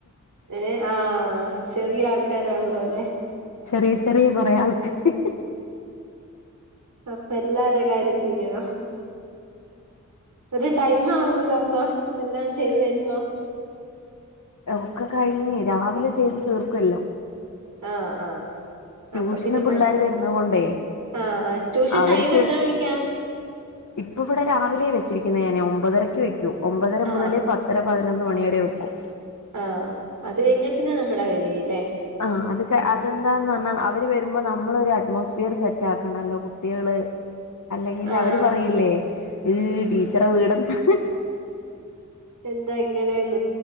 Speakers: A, on the right; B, on the left.
A: ഏ ആഹ് ചെറിയ ആൾക്കാരാണല്ലോ ല്ലേ?
B: ചെറിയ ചെറിയ കൊറേ ആൾക്കാര്
A: അപ്പൊ എല്ലാരേം കാര്യം ചെയ്യണം. ഒരു ടൈം ആവൂലോ അപ്പൊ എല്ലാം ചെയ്തു വരുമ്പോ
B: ഒക്കെ കഴിഞ്ഞ് രാവിലെ ചെയ്ത് തീർക്കുവെല്ലാം.
A: ആഹ് ആഹ്
B: ട്യൂഷന്
A: അപ്പൊ പിന്നെ
B: പിള്ളേര്
A: കൊഴപ്പ
B: വരുന്ന കൊണ്ടേ
A: ആഹ് ആഹ് ട്യൂഷൻ
B: അവര്ക്ക്
A: ടൈം എത്ര മണിക്കാ
B: ഇപ്പ ഇവിടെ രാവിലെ വെച്ചിരിക്കുന്നെ ഞാൻ. ഞാൻ ഒമ്പതരക്ക് വെക് കും. ഒമ്പതര
A: ആഹ്
B: മുതല് പത്തര പതിനൊന്ന് മണി വരെ വെക്കും.
A: ആഹ് അത് കഴിഞ്ഞാ പിന്നെ നമ്മുടെ കാര്യായി ഇല്ലേ?
B: ആ അത് ക അതെന്താന്ന് പറഞ്ഞാൽ അവര് വരുമ്പോ നമ്മളൊരു അറ്റ്മോസ്ഫിയറ് സെറ്റാക്കണല്ലോ കുട്ടികള് അല്ലെങ്കില്
A: ആഹ്
B: അവര് പറയില്ലേ ഈയ്യ് ടീച്ചറെ വീടെന്താ
A: എന്താ ഇങ്ങനെയെന്ന്?